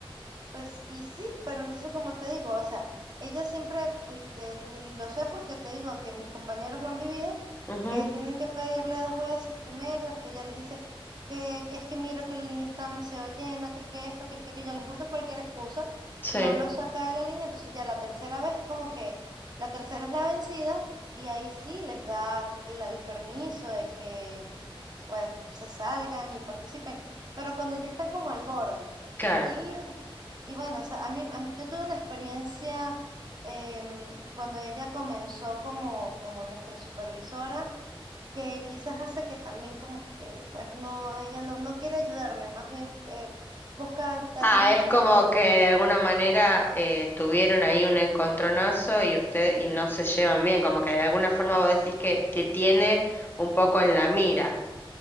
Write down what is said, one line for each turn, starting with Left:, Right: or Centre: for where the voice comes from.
Right: pues, y sí, pero entonces como te digo, o sea, ella siempre, y, te- y lo sé porque te digo que mis compañeros lo han vivido,
Left: Ujú,
Right: que tienen que pedirle dos veces primero, es que ella les dice que, que es que mira que la línea está demasiado llena, que es que esto, que es que aquello, les busca cualquier excusa,
Left: Sí,
Right: no lo saca de la línea, entonces ya la tercera vez es como que la tercera es la vencida y ahí sí les da la- el permiso de que pues se salgan y participen, pero cuando ya están como al borde.
Left: claro.
Right: Y, y bueno, o sea, a mí, a mí- yo tuve una experiencia em, cuando ella comenzó como, como nuestra supervisora, que quizás hace que también como que, pues no, ella no, no quiere ayudarme, más bien eh, busca darme
Left: Ah,
Right: más
Left: es
Right: presión.
Left: como que de alguna manera eh, tuvieron ahí un encontronazo y usted y no se llevan bien, como que de alguna forma vos decís que te tiene un poco en la mira.